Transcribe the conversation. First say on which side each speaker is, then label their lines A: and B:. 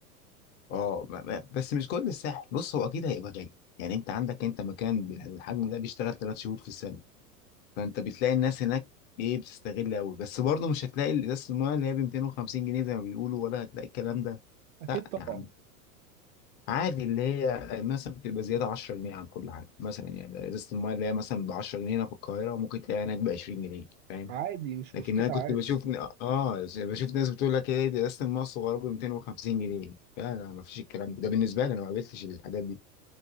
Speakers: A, on the left; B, on the right.
A: اه ب- ب- بس مش كل الساحل بص هو اكيد هيبقى غالي يعني انت عندك انت مكان بال- بالحجم ده بيشتغل ثلاث شهور في السنه فانت بتلاقي الناس هناك ايه بتستغل قوي بس برضه مش هتلاقي ازازه الميه اللي هي ب 250 جنيه زي ما بيقولوا ولا هتلاقي الكلام ده
B: اكيد
A: لا
B: طبعا
A: يا عم عادي اللي هي آه، مثلا بتبقى زياده 10 جنيه عن كل حاجه مثلا يعني ازازه المايه اللي هي مثلا ب 10 جنيه هنا في القاهره ممكن تلاقيها هناك ب 20 جنيه فاهم
B: عادي مش
A: لكن
B: مشكله
A: انا كنت
B: عادي
A: بشوف ن- اه بشوف ناس بتقول لك ايه دي ازازه المايه الصغيره ب 250 جنيه لا لا ما فيش الكلام ده ده بالنسبه لي انا ما قابلتش الحاجات دي